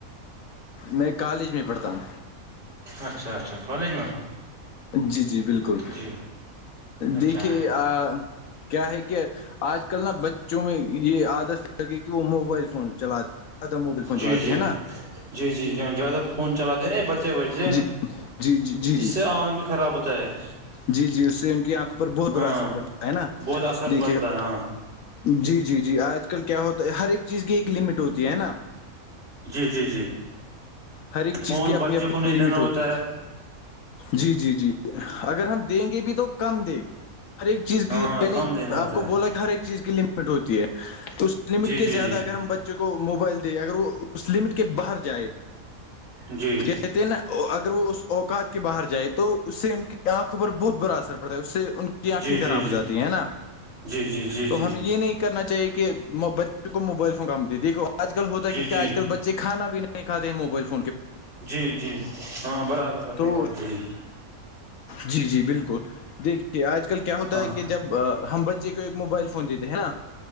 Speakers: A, on the left; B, on the right.
A: میں, کالج میں پڑھتا ہوں-
B: اچھا- اچھا کالج میں-
A: جی- جی بالکل
B: جی اچھا
A: دیکھیے آ- کیا ہے کہ آج کل نا بچوں میں یہ عادت پگئی کہ وہ موبائل فون چلاتے- زیادہ موبائل فون
B: جی-
A: چلاتے
B: جی-
A: ہیں نا
B: جی- جی زیادہ فون چلاتے نا بچے- وجے
A: جی جی جی جی
B: اس
A: جی
B: سے آنکھ بھی خراب ہوتا ہے-
A: جی- جی اس سے ان کی آنکھوں پر بہت
B: ہاں
A: بڑا اثر پڑتا ہے نا
B: بہت اثر
A: دیکھیے-
B: پڑتا ہے ہاں
A: جی- جی- جی آج کل کیا ہوتا ہے ہر ایک چیز کی ایک لمٹ ہوتی ہے نا-
B: جی- جی- جی
A: ہر ایک چیز
B: فون
A: کی اپنی
B: بچے
A: اپنی
B: کو نہیں
A: لمٹ
B: دینا
A: ہوتی
B: ہوتا ہے
A: جی- جی -جی- اگر ہم دیں گے بھی تو- کم دے ہر ایک چیز
B: ہاں
A: کی یعنی
B: کم دینا ہوتا
A: آپ کو
B: ہے
A: بولا کہ ہر ایک چیز کی لمٹ ہوتی ہے تو اس- اس لمٹ
B: جی
A: کے
B: جی
A: زیادہ
B: جی
A: اگر ہم بچے کو موبائل دیں اگر وہ اس لمٹ کے باہر جائے-
B: جی
A: کہتے ہیں نا اگر وہ اس اوقات کے باہر جائے تو اس سے ان کی آنکھوں پر بہت برا اثر پڑ- پڑتا اس سے ان کی آنکھیں
B: جی جی جی
A: خراب ہو جاتی ہیں ہے نا
B: جی جی جی جی جی
A: تو ہمیں یہ نہیں کہ- کرنا چاہے کہ بچوں کو موبائل فون کامتی دیکھو آج کل ہوتا
B: جی
A: ہے ک کیا آج
B: جی
A: کل بچے کھانا پینا- اے مبائل ف
B: جی- جی ہاں برابر اپپنی
A: تو
B: بات ج-
A: جی- جی بالکل, دیکھیے آج کل کیا ہوتا
B: ہاں
A: ہے کہ- جب ہم بچے کو ایک موبائل فون دیتے ہیں نا